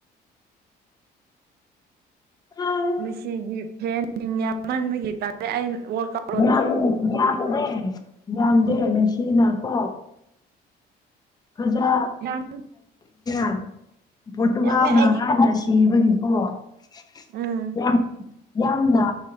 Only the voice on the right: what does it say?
ꯃꯦꯁꯤꯒꯤ ꯐꯦꯟ ꯌꯥꯝꯃꯟꯕꯒꯤ ꯇꯥꯂꯦ ꯑꯩꯅ ꯋꯀꯞ
ꯌꯥꯝ
ꯌꯥꯝꯃꯦ ꯑꯩꯒꯤ
ꯎꯝ